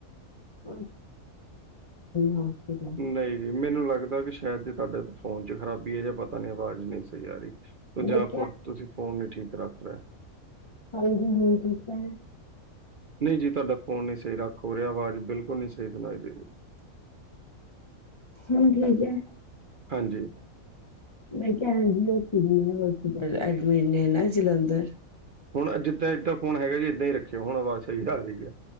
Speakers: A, on the left; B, on the right.
A: <unintelligible> ਹੋਸਪਿਟਲ
B: ਨਹੀਂ ਜੀ ਮੈਨੂੰ ਲੱਗਦਾ ਕਿ ਸ਼ਾਇਦ ਜੇ ਤੁਹਾਡੇ ਫੋਨ 'ਚ ਖ਼ਰਾਬੀ ਹੈ ਜਾਂਦੇ ਪਤਾ ਨੀ ਆਵਾਜ਼ ਨਹੀਂ ਸਹੀ ਆ ਰਹੀ। ਜਾਂ
A: ਮੈਂ ਕਿਹਾ
B: ਫਿਰ ਤੁਸੀਂ ਫੋਨ ਨ ਠੀਕ ਰੱਖ ਰਹੇ।
A: ਹਾਂਜੀ ਹਾਂ ਠੀਕ ਹੈ।
B: ਨਹੀਂ ਜੀ ਤੁਹਾਡਾ ਫੋਨ ਨਹੀਂ ਸਹੀ ਰ ਕੋ ਰਿਆ ਆਵਾਜ਼ ਬਿਲਕੁਲ ਨਹੀਂ ਸਹੀ ਸੁਣਾਈ ਦੇ ਰਹੀ
A: ਹੁਣ ਠੀਕ ਹੈ।
B: ਹਾਂਜੀ।
A: ਮੈਂ ਕਿਹਾ <unintelligible> ਹੋਸਪਿਟਲ ਐਡਮਿਟ ਨੇ ਨਾ ਜਲੰਧਰ
B: ਹੁਣ ਜਿੱਦਾਂ ਏਦਾਂ ਫੋਨ ਹੈਗਾ ਜੀ ਏਦਾਂ ਹੀ ਰੱਖਿਓ ਹੁਣ ਆਵਾਜ਼ ਸਹੀ ਆ ਰਹੀ ਏ।